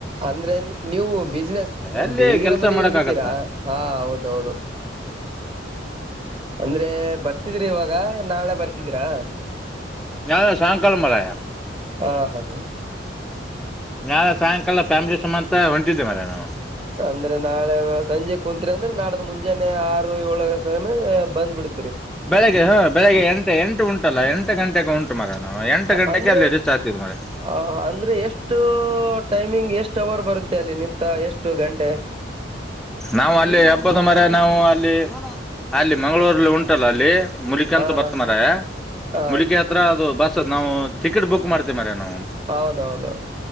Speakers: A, on the right; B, in the centre.
A: ಅಂದ್ರೆ ನಿ ನೀವು ಬಿಸ್ನೆಸ್
B: ಎಲ್ಲಿ
A: ಬೀಗರ
B: ಕೆಲಸ
A: ಮನೆಗೆ
B: ಮಾಡಕ್
A: ಹೋಗಿದ್ದೀರಾ
B: ಆಗತ್ತ
A: ಹಾ ಹೌದೌದು. <inaudible> ಅಂದ್ರೆ ಬರ್ತಿದ್ರಿ ಇವಾಗ ನಾಳೆ ಬರ್ತಿದೀರಾ,
B: ನಾಳೆ ಸಾಯಂಕಾಲ ಮರಾಯ.
A: ಹ ಹಾ ಹ
B: ನಾಳೆ ಸಾಯಂಕಾಲ ಫ್ಯಾಮಿಲಿ ಸುಮಂತ ಹೊಂಟಿದ್ದೆವ್ ಮರಯ ನಾವು.
A: ಅಂದ್ರೆ ನಾಳೆ ವ್ಯಾಸ್ ಸಂಜೆ ಕುಂತ್ರಿ ಅಂದ್ರೆ ನಾಡ್ದ ಮುಂಜಾನೆ ಆರು ಏಳಗ್ ಸಮಯ ಬಂದ್ ಬಿಡ್
B: ಬೆಳಗ್ಗೆ ಹ ಬೆಳಿಗ್ಗೆ ಎಂಟು ಎಂಟು ಉನ್ ಉಂಟಲ್ಲ ಎಂಟು ಗಂಟೆಗೆ ಉಂಟ ಮರೆ ನಾವು ಎಂಟ ಗಂಟೆಗೆ
A: ಅಂದ್ರೆ
B: ಅಲ್ಲಿ ರೀಚ್ ಆತಿದ್ ಮರೆ.
A: ಆ ಅಂದ್ರೆ ಎಷ್ಟು ಟೈಮಿಂಗ್ ಎಷ್ಟು ಅವರ್ ಬರುತ್ತೆ ಅಲ್ಲಿ ನಿಂತ ಎಷ್ಟು ಗಂಟೆ.
B: ನಾವು ಅಲ್ಲಿ ಹಬ್ಬದ ಮರೆ ನಾವು ಅಲ್ಲಿ ಅಲ್ಲಿ ಮಂಗ್ಳೂರಲ್ಲಿ ಉಂಟಲ್ಲ ಅಲ್ಲಿ ಮುಲಿಕಿ ಅಂತ
A: ಹ
B: ಬರ್ತ
A: ಹಾ
B: ಮರೆ
A: ಹ
B: ಮುಲಿಕೆ ಹತ್ರ ಅದು ಬಸ್ ನಾವು ಟಿಕೆಟ್ ಬುಕ್ ಮಾಡ್ತೀವಿ ಮರೆ. ನಾವು
A: ಹೌದೌದೌದು